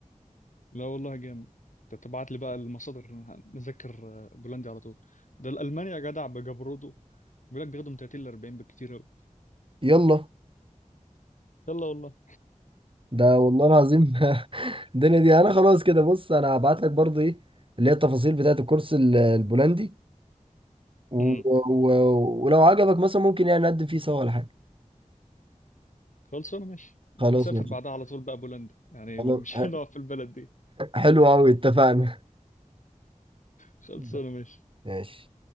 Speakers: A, on the left; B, on the right.
A: لا والله جامد انت تبعت لي بقى المصادر نذاكر آه، بولندي على طول ده الالماني يا جدع بجبرده بيقول لك بياخدوا من 30 ل 40 بكتير قوي
B: يلا
A: يلا والله
B: ده والله العظيم <laughs> الدنيا دي انا خلاص كده بص انا هبعت لك برضه ايه اللي هي التفاصيل بتاعت الكورس ال- البولندي و...
A: امم
B: و... ولو عجبك مثلا ممكن يعني نقدم فيه سوا ولا حاجة
A: خلصانه ماشي ونسافر
B: خلاص ماشي
A: بعدها على طول بقى بولندا يعني
B: خلاص
A: مش
B: <laughs>
A: <laughs> هنقعد في البلد دي
B: حلو قوي اتفقنا
A: خلصانه
B: <laughs>
A: ماشي
B: ماشي